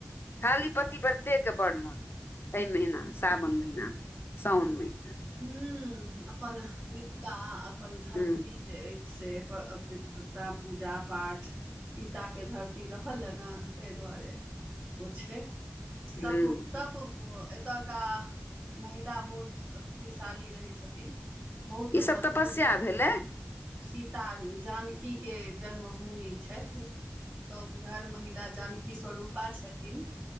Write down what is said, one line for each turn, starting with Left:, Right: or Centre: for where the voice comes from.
Right: हँ
Left: खाली पतिवर्ते के वर्णन एहि महीना साावन महिीना साओन महिीना
Right: हू अपन मिथिला अपन धरती
Left: हूँ
Right: जे अछि से पा पवित्रता पूजा पाठ सीताके धरती रहल हे ने ताहि दुआरे ओ छै।
Left: हूँ
Right: तप तप एतयका महिला बहुत सँ शक्तिशाली रहै छथिन बहुत
Left: ईसभ
Right: मजबूत
Left: तपस्या भेलै
Right: सीता जानकी के जन्मभूमि छै। तऽ उमहर महिला जानकी स्वरूपा छथिन